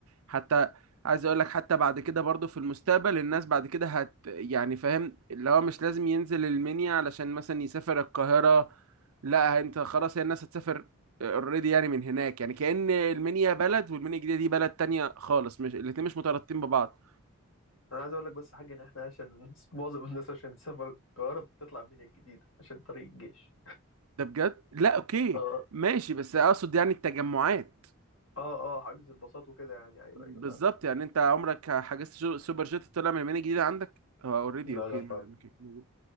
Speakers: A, on the right; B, on the left.
A: حتى عايز اقول لك حتى بعد كده برضو في المستقبل الناس بعد كده هت يعني فاهم اللي هو مش لازم ينزل المنيا علشان مثلا يسافر القاهرة لا انت خلاص هي الناس هتسافر اوريدي يعني من هناك يعني كأن المنيا بلد والمنيا الجديدة دي بلد تانية خالص مش الاتنين مش مترابطين ببعض
B: أنا عايز أقول لك بس حاجة إن إحنا عشان الناس <laughs> معظم الناس عشان تسافر القاهرة بتطلع مينيا الجديدة عشان طريق الجيش
A: ده بجد لا اوكي
B: آه
A: ماشي بس اقصد يعني التجمعات
B: آه آه حجز الباصات وكده يعني أيوه
A: بالظبط
B: أيوه فعلا
A: يعني انت عمرك حجزت شو- سوبر جيت طلع من المنيا الجديدة عندك هو اوريدي
B: لا
A: اوكي
B: لا فعلا
A: ما دام كده موجود